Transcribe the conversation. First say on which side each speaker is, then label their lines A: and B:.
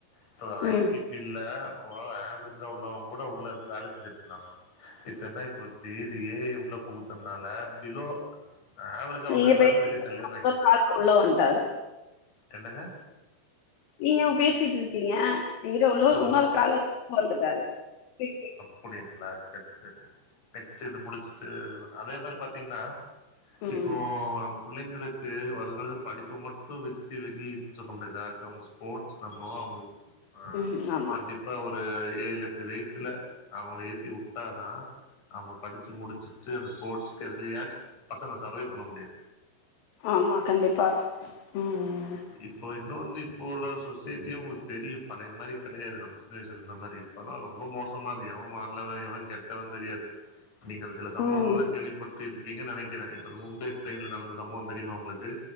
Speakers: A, on the left; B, on the left.
A: இப்ப ஐ
B: ம்
A: டி ஃபீல்ல ஒரளவு ஏவரேஜ்டா உள்ளவங்கூட உள்ள இருந்து வேல செஞ்சுட்ருந்தாங்க. இப் பென்னாய்ப்போச்சி இது ஏ ஐ உள்ள புகுத்தன்னால பிலோ ஏவரேஜா
B: நீங்க
A: உள்ள எல்லாமே
B: பே
A: வெளிய தள்ளிர்றாய்ங்க.
B: ஒரு காலர் உள்ள வன்ட்டாரு
A: என்னங்க?
B: நீங்க அவு பேசிட்ருக்கீங்க எங்கிட்ட உள்ளோ
A: ஆமா
B: இன்னொரு கால வந்துட்டாரு டிங் டிங்
A: அப்புடிங்ளா செர் செர் நெக்ஸ்ட்டு இது முடிச்சுட்டு அதுபண் அதே மாரி பாத்தீங்கன்னா
B: ம்
A: இப்போ நம் புள்ளைங்களுக்கு வருங்காலத்துல படிப்ப மட்டு வெச்சு வெளிய எதுன் சொல்ல முடியாது <unintelligible> ஸ்போர்ட்ஸ் தெறம தா அவங் அ
B: ம் ஆமா
A: கண்டிப்பா ஒரு ஏழு எட்டு வய்சுல அவங்கள ஏத்திவுட்டாதா அவங்க படிச்சு முடிச்சுட்டு அந்த ஸ்போர்ட்ஸ் கரியர்யாச்சு பசங்க சர்வே பண்ண முடியு
B: ஆமா கண்டிப்பாக ம்
A: இப்போ இன்னொன்னு இப்போ உள்ள சொசைட்டியு உங்களுக்கு தெரியு பழைய மாரி கெடையாது நம்ம சின்ன வய்சுல இருந்த மாரி இப்பெல்லா ரொம்ப மோசமாருக்கு எவே நல்லவே எவே கெட்டவன் தெரியாது நீங்க அந்த சில சம்பவம்லா
B: ம்
A: கேள்விப்பட் ட்டு இருப்பீங்கன்னு நெனைக்கிறே இப்ப இந்த மும்பை ட்ரெயின்ல நடந்த சம்பவோ தெரியுமா உங்குளுக்கு